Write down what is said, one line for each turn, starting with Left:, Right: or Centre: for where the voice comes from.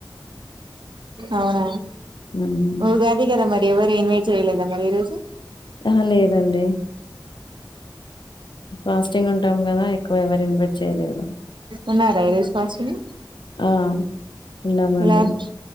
Right: అవునా
Left: హ్మ్.
Right: ఉగాది కదా మరి ఎవరు ఏమి చేయలేదా మరి ఈ రోజు
Left: అహ లేదండి ఫాస్టింగ్ ఉంటాం గదా! ఎక్కువ ఎవరు ఇన్వైట్ చేయలేదు.
Right: ఉన్నారా ఈరోజు ఫంక్షన్
Left: ఆ! ఉన్నామండి.
Right: ఎలాబ్